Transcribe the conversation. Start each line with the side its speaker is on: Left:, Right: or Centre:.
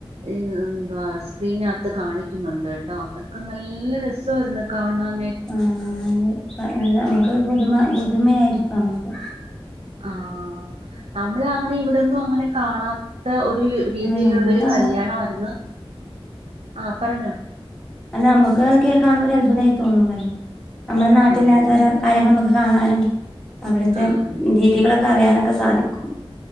Right: എന്താ സ്ക്രീൻ ആ ത്ത് കാണിക്കുന്നൊണ്ട്ട്ടാ അതൊക്കെ നല്ല രസാരുന്ന് കാണാൻ
Centre: ആ ആ അതേ പ്പ ഞ ഞമക്ക് പുതുമ പുതുമയാരി നമ്ക്ക്
Right: ആ നമ്മള് അങ്ങനെ ഇ ഇവിടൊന്നും അങ്ങനെ കാണാ ത്ത ഒരു രീതിയിലൊള്ളൊരു
Centre: ആഹ് നമ്മക്ക്
Right: കല്യാണവാരുന്ന് അ പറഞ്ഞോ
Centre: അല്ലാ അമ്മക്ക് അതൊക്കെ കാണുമ്പാെരൽഭുതായി തോന്നും പറയ നമ്മളെ നാട്ടീല്ലാത്തൊരോ
Right: അതന്നെ
Centre: കാര്യങ്ങമ്മക്ക് കാണാനും അവിടുത്തെ
Right: ആഹ് അതന്നെ
Centre: രീതികളൊക്കെ അറിയാനൊക്കെ സ് സാധിക്കും